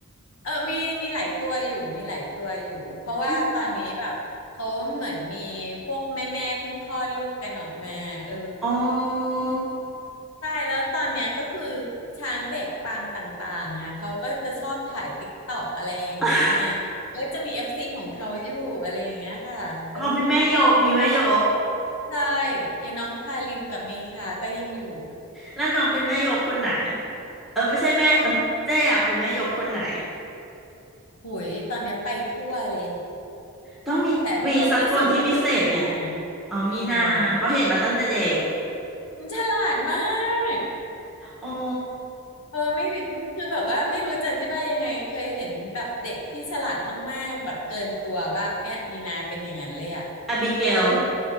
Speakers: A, on the left (about 75°); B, in the centre.
A: เออมีมีหลายตัวอยู่มีหลายตัวอยู่เพราะว่าตอนนี้แบบเขาเหมือนมีพวกแม่แม่เพิ่งคลอดลูกกันออกมาเออ
B: ก็อ๋อ
A: ใช่แล้วตอนเนี้ยก็คือช้างเด็กปางต่างๆอ่ะเขาก็จะชอบถ่ายติ๊กตอกอะไรอย่างนี้ไง
B: <laughs>
A: ก็จะมีเอฟซีของเขาอยู่อะไรอย่างเงี้ยค่ะเออ
B: เขาเป็นแม่โยกมีแม่โยก
A: ใช่ไอ้น้องทารินกับเมคาก็ยังอยู่
B: แล้วน้องเป็นแม่โยกคนไหนเออไม่ใช่แม่เออเจ๊อะเป็นแม่โยกคนไหน
A: หุยตอนเนี้ยไปทั่วเลย
B: ต้องมีมีสักคนที่พิเศษดิ
A: แต่เอาที่สุดก็คือมีนา
B: อ๋อมีนาเพราะเห็นมาตั้งแต่เด็ก
A: มีนามันฉลาดมาก
B: โอ้
A: เออไม่รู้คือแบบว่าไม่รู้จะอธิบายยังไงเคยเห็นแบบเด็กที่ฉลาดมากๆแบบเกินตัวป่ะเนี่ยมีนาเป็นอย่างนั้นเลยอะ
B: อบิเกล